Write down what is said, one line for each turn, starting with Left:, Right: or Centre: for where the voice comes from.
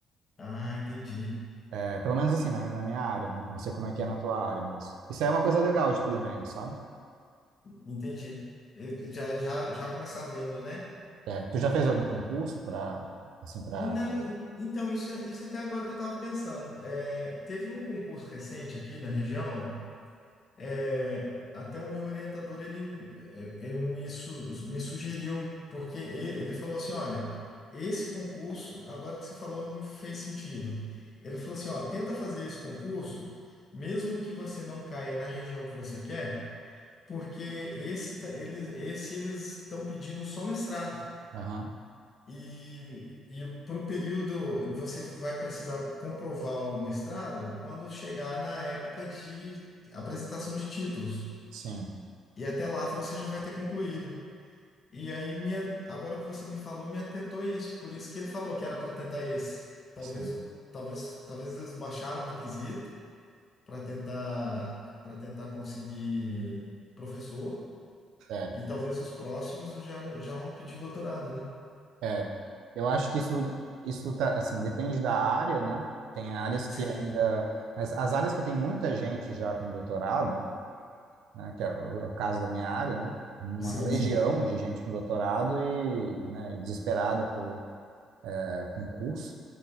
Left: Ah, entendi.
Right: É, pelo menos assim, na, na minha área, né? Não sei como é que
Left: En-
Right: é na tua área, mas isso é uma coisa legal de tu ir vendo, sabe?
Left: Entendi. Eu já, já, já começar vendo, né?
Right: É. Tu já fez algum concurso para, assim, para...
Left: Não, en- então, isso, é- isso até agora que eu estava pensando. É, teve um concurso recente aqui na região É, até o meu orientador ele, é, é, me, su- me sugeriu, porque e- ele falou assim: olha, esse concurso, agora que você falou, me fez sentido. Ele falou assim: ó, tenta fazer esse concurso, mesmo que você não caia na região que você quer, porque esse tá- eles esse eles estão pedindo só mestrado.
Right: Aham,
Left: E, e para o período, você vai precisar comprovar o mestrado quando chegar na época de apresentação de títulos.
Right: sim,
Left: E até lá você já vai ter concluído. E aí, minha, agora que você me falou, me atentou a isso. Por isso que ele falou que era para tentar esse. Talvez,
Right: sim.
Left: o, talvez, talvez eles baixaram o requisito para tentar, para tentar conseguir professor.
Right: É,
Left: E talvez os próximos já, já vão pedir doutorado, né?
Right: é. Eu acho que isso, isso tá, assim, depende da área, né? Tem áreas que
Left: Sim,
Right: ainda... As, as áreas que tem muita gente já com doutorado, né? Que é o, é o caso da minha área, né? Uma
Left: sim,
Right: legião
Left: sim.
Right: de gente com doutorado e, né, e desesperada por é, concurso.